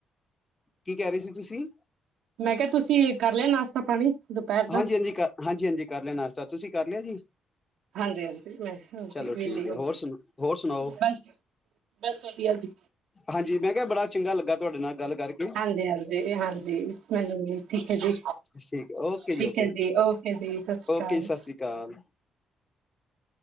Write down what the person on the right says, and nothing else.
ਮੈਂ ਕਿਹਾ ਤੁਸੀਂ ਕਰ ਲਿਆ ਨਾਸ਼ਤਾ ਪਾਣੀ। ਦੁਪਹਿਰ ਦਾ
ਹਾਂਜੀ-ਹਾਂਜੀ ਮੈਂ
ਵਿਹਲੀ
ਹੋਗੀ
ਬਸ ਬਸ ਵਧੀਆ ਜੀ।
ਹਾਂਜੀ- ਹਾਂਜੀ- ਹਾਂਜੀ ਮੈਨੂੰ ਠੀਕ ਹੈ। ਜੀ-
ਠੀਕ
ਹੈ। ਜੀ ਓਕੇ ਜੀ ਸਤਿ ਸ੍ਰੀ
ਅਕਾਲ